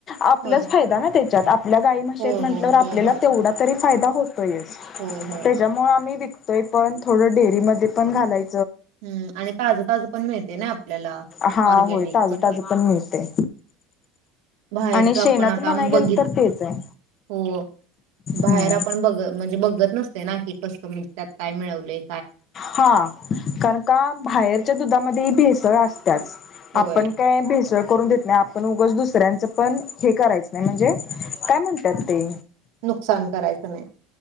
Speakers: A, on the left (about 35°); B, on the right (about 75°).
A: आपलाच
B: होय
A: फायदा ना ते.. जत आप <unintelligible> आपल्या गाई म्हशीयेत
B: होय
A: म्हंटल्यावर
B: होय
A: आपल्याला
B: होय होय
A: तेवढा तरी.. फायदा होत..
B: होय होय
A: त्याच्यामुळे
B: होय
A: आम्ही तोय पण थोडं डेअरी मध्ये पण घालाय
B: हम् आणि ताज ताज पण मिळते ना आपल्याला
A: हा
B: ऑर्गॅनिक
A: होय ताजं
B: सगळं
A: ताजं पण मिळते
B: बाहेरच..
A: आणि शेणाचं
B: पण आता
A: म्हणाय गेल
B: बघित
A: तर तेच आहे
B: हो बाहेर
A: हम्म
B: आपण बघ म्हणजे.. बघत नसते ना की कस म्हणजे त्यात काय मिळवलय.
A: हा कारण का बाहेर च्या दुधामध्ये भेसळ असत्यात
B: होय
A: आपण काय भेसळ करून देत नाही आपण उगच दुसऱ्यांचं पण हे करायचं नाही म्हणजे काय म्हणत्यात ते
B: नुकसान करायचं नाही